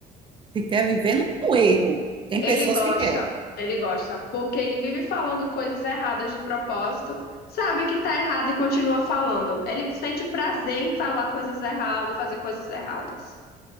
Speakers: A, on the right (about 30°); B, on the left (about 65°).
A: que querem viver no erro. Tem
B: Ele
A: pessoas
B: gosta,
A: que querem.
B: ele gosta, porque ele vive falando coisas erradas de propósito, sabe que tá errado e continua falando. Ele sente prazer em falar coisas erradas e fazer coisas erradas.